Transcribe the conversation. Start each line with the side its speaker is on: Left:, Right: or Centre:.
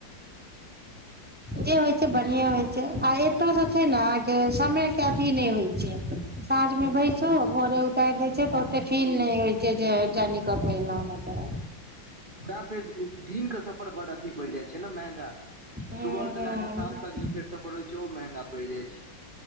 Right: ह
Centre: जे होइ छै बढ़ियें होइ छै आ एतऽ सँ छै नऽ कि समय के अथी नै होइ छै। साँझ मे बैसु भोरे उतारि दै छै त ओत्तेक फील नै होइ छै जे जरनी कऽ के एना-एना पड़त।
Right: तें फेर दिन क सफर बड़ अथी पड़ि जाइ छै ने मेहंगा
Centre: हूँ
Right: सुबह से लेए क शाम तक जे फेर सफर होइ छै, ओ महंगा पड़ि जाय छै।